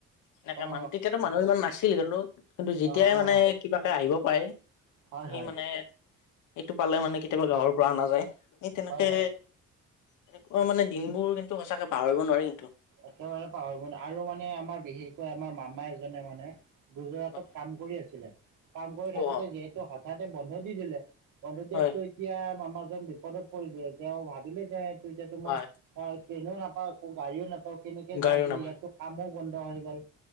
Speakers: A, on the left; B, on the right.
A: এনেকে
B: অ
A: মান তেতিয়াতো মানুহ ইমান নাছিল কিন্তু, কিন্তু যেতিয়াই
B: অ
A: মানে
B: অ অ
A: কিবাকে আহিব পাৰে।
B: হয়
A: সেই
B: হয়
A: মানে, এইটো পালে মানে কেতিয়াবা গাঁৱৰ পৰা আনা যায়। এই তেনেকে,
B: হয় হয়
A: তেনেকুৱা মানে দিনবোৰ কিন্তু সঁচাকে পাহৰিব নোৱাৰি কিন্তু।
B: একেবাৰে পাহৰিব নোৱাৰি আৰু মানে আমাৰ বিশেষকৈ আমাৰ মামা এজনে মানে। গুজৰাটত
A: হয় হয়
B: কাম কৰি আছিলে, কাম কৰি থাকোতে
A: অ
B: যিহেতু হঠাতে বন্ধ দি দিলে। বন্ধ দিয়াতটো
A: হয় হয়
B: এতিয়া মামাজন বিপদত পৰিলে তেওঁ ভাবিলে যে তোৰ এতিয়াতো
A: হয়
B: মই হয় ট্ৰেইনো নাপাও আকৌ গাড়ীও নাপাও কেনেকে যাম
A: গাড়ীও
B: ইয়াতো
A: নাপায়
B: কামো বন্ধ হৈ গ'ল।